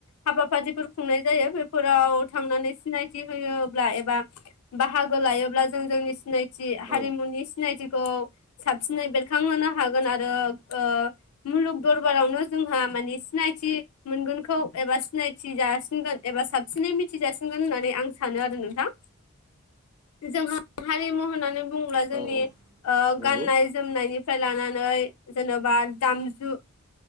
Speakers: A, on the left; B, on the right.
A: हाबाफारिफोर खुंनाय जायो बेफोराव थांनानै सिनायथि होयो। ब्ला एबा बाहागो लायोब्ला जों जोंनि सिनायथि
B: औ
A: हारिमुनि सिनायथिखौओ साबसिनै बेरखांहोनो हागोन आरो ओ ओ मुलुग दरबारावनो जोंहा माने सिनायथि मोनगोनखौ एबा सिनायथि जासिनगोन एबा साबसिनै मिथिज जासिनगोन होननानै आं सानो आरो। नोंथां जोंहा हारिमु होननानै बुङोब्ला जोंनि
B: औ औ नंगौ
A: गाननाय-जोमनायनिफ्राय लानानै जेनेबा दामजु